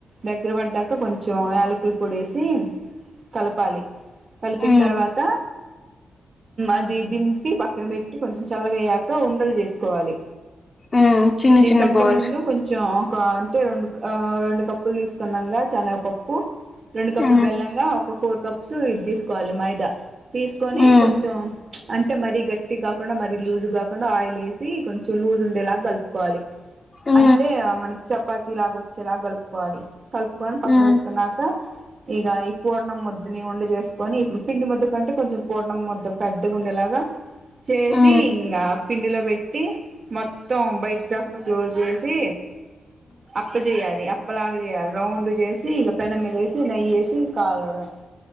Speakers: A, on the right; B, on the left.
A: దగ్గర పడ్డాక కొంచెం యాలకులు పొడేసి కలపాలి కలిపిన
B: ఆ
A: తర్వాత అది దింపి పక్కన పెట్టి కొంచెం చల్లగయ్యాక ఉండలు చేసుకోవాలి
B: ఆ చిన్న
A: దీనికంటే
B: చిన్న బాల్స్
A: ముందు కొంచెం ఒక అంటే రెండు రెండు కప్పులు తీసుకున్నాంగా శనగపప్పు రెండు కప్పులు
B: ఆ
A: బెల్లంగా ఒక ఫోర్ కప్ ఇది తీసుకోవాలి మైదా తీసుకొని
B: ఆ
A: కొంచెం అంటే మరీ గట్టి కాకుండా మరి లూజ్గా తకుండా ఆయిల్ వేసి కొంచెం లజ్ ఉండేలాగా కలుపుకోవాలి
B: ఆ
A: అంటే ఆ మనకి చపాతి లాగ వచ్చేలా కలుపు కోరి కలుపుకొని పక్కన
B: ఆ
A: పెట్టుకున్నాక ఇగ ఈ పూర్ణం ముద్ పిం ఉండ చేసుకొని ఇప్పుడు పిండి ముద్ద కంటే కొంచెం పూర్ణ ముద్ద పెద్దగా ఉండేలాగా చేసి
B: ఆ
A: ఇంగ పిండిలో పెట్టి మొత్తం బయటికి రాకుండా క్లోజ్ చేసి అప్ప చేయాలి అప్పలాగా చేయాలి రౌండ్ చేసి ఇక పెనమిదేసి నెయ్యేసి కలవడమే.